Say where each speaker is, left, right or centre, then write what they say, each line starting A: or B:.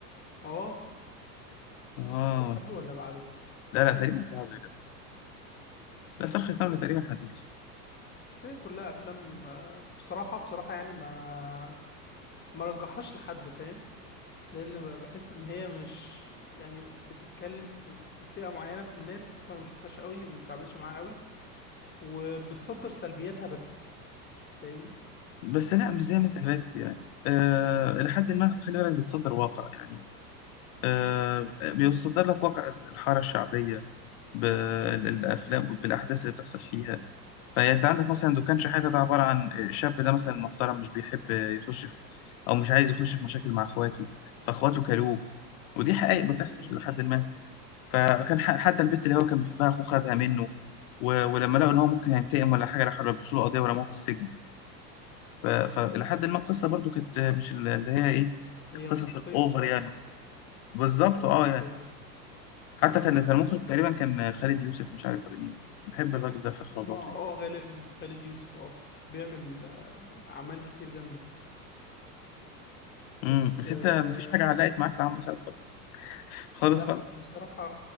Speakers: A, on the left; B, on the left.
A: اه
B: اه
A: كانت قبله ولا بعده
B: لا
A: مش
B: لا
A: فاكر
B: تقريبا كان قبله يا جدع. لا صرخة نملة
A: و-
B: تقريبا حديث
A: بس هي كلها افلام آه، بصراحه بصراحه يعني ما ما رجحهاش لحد فاهم لان ب- بحس ان هي مش يعني بتتكلم في في فئه معينه في الناس احنا ما بنشوفهاش قوي وما بنتعاملش معاها قوي وبتصدر سلبياتها بس فاهمني
B: بس لا مش زي ما انت فاكر يعني آه إلى حد ما خلي بالك بتصدر واقع يعني آه بيصدر لك واقع الحارة الشعبية بالأفلام بالأحداث اللي بتحصل فيها فانت عندك مثلا دكان شحاته ده عباره عن الشاب ده مثلا محترم مش بيحب يخش في او مش عايز يخش في مشاكل مع اخواته فاخواته كلوه ودي حقائق بتحصل
A: مم.
B: لحد ما فكان ح- حتى البت اللي هو كان بيحبها اخوه خدها منه و... ولما لقوا ان هو ممكن هينتقم ولا حاجه راحوا لبسوا له قضيه ورموه في السجن ف... فلحد ما القصه برضو كانت مش ال- اللي هي ايه
A: هي
B: القصص
A: منطقيه
B: الاوفر
A: بصراحه
B: يعني بالظبط
A: هي منطقيه
B: اه يعني حتى كان كان
A: بس
B: المخرج تقريبا كان خالد يوسف مش عارف ولا مين بحب الراجل ده في اخراجاته
A: ما اه
B: يعني.
A: غالبا خالد يوسف اه بيعمل آه، اعمال كتير جامده
B: امم
A: بس
B: بس
A: آه
B: انت مفيش حاجه علقت معاك لعمرو سعد خالص خالص
A: لا
B: خالص
A: بصراحه